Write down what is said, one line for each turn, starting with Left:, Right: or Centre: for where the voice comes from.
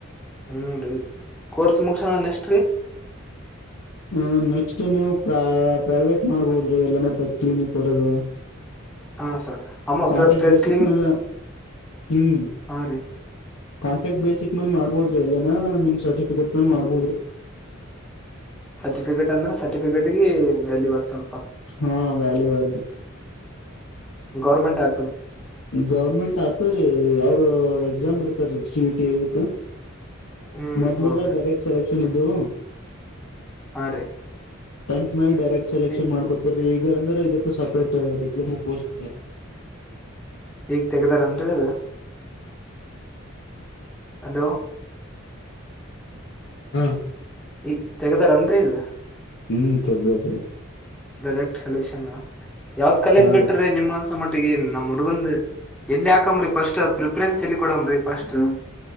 Centre: ಹ್ಮ್ ರೀ ಕೋರ್ಸ್ ಮುಗಸೋಣ ನೆಷ್ಟ್ರೀ
Left: ಹ ನೆಕ್ಸ್ಟ್ ನೀವು ಪ್ರ ಪ್ರೈವೇಟ್ ಮಾಡ್ಬೋದ್ರಿ ಎಲ್ಲನ ಪೆತ್ ಕ್ಲಿನಿಕ್ ಒರಗ
Centre: ಹಾ ಸರ್ ಅಮ್ಮ
Left: ಕಾಂಟ್ಯಾಕ್ಟ್
Centre: ಪ್ಲೇಟ್
Left: ಬೇಸಿಕ್
Centre: ಕ್ಲೀನಿಂಗ್
Left: ಮ್ಯಾಲ ಹ್ಮ್
Centre: ಹಾ ರೀ
Left: ಕಾಂಟ್ಯಾಕ್ಟ್ ಬೇಸಿಕ್ ಮೇಲ್ ಮಾಡ್ಬೋದ್ರಿ ಎಲ್ಲನ ನಿಮ್ ಸರ್ಟಿಫಿಕೇಟ್ ಮೇಲ್ ಮಾಡ್ಬೋದ್ರಿ
Centre: ಸರ್ಟಿಫಿಕೇಟ್ ಅಂದ್ರೆ ಸರ್ಟಿಫಿಕೇಟ್ಗೆ ವ್ಯಾಲ್ಯೂ ವಸ
Left: ಹಾ ವ್ಯಾಲು ಆದ್ರಿ
Centre: ಗೌರ್ಮೆಂಟ್ ಆ
Left: ಗೌರ್ಮೆಂಟ್ ಆತವರಿ ಅವಾವರು ಎಕ್ಸಾಮ್ ಬಿಡ್ತಾರೀ ಸಿ ಇ ಟಿ ಇದಕ್
Centre: ಹ್ಮ್
Left: ಮೊದ್ಲೆಲ್ಲ
Centre: ಹೌದ್ರಿ
Left: ಡೈರೆಕ್ಟ್ ಸೆಲೆಕ್ಷನ್ ಇದು
Centre: ಹಾ ರೀ
Left: ಟೆಂತ್ ಮೇಲೆ ಡೈರೆಕ್ಟ್ ಸೆಲೆಕ್ಷನ್
Centre: ಈ
Left: ಮಾಡ್ಕೋತಿರಿ ಈ ಈ ಅಂದ್ರೆ ಇದಕ್ಕ ಸಪ್ರೇಟ್ ಡಿಪ್ಲೊಮಾ ಕೋರ್ಸ್ ಇದಾರೆ
Centre: ಈಗ್ ತೆಗದಾರನ್ ರೀ ಹಲೋ
Left: ಹಾ
Centre: ಈಗ ತೆಗ್ದಾರನ್ರರಿ ಇದ
Left: ಹ್ಮ್ ತೆಗ್ದು ರಿ
Centre: ಡೈರೆಕ್ಟ್ ಸೆಲೆಕ್ಷನ್ ಯಾವ್ದ್ ಕಾಲೇಜ್
Left: ಹಾ
Centre: ಬಿಟ್ರೆ
Left: ರೀ.
Centre: ನಿಮ್ಗ ಅನ್ಸ ಮಟ್ಟಿಗೆನ್ ನಮ್ ಹುಡುಗಂದ ಎಲ್ಲಿ ಹಾಕಮ್ರರಿ ಫಸ್ಟ್ ಪ್ರಿಫ್ರೆನ್ಸ್ ಎಲ್ಲಿ ಕೊಡನ್ರ ಫಸ್ಟ್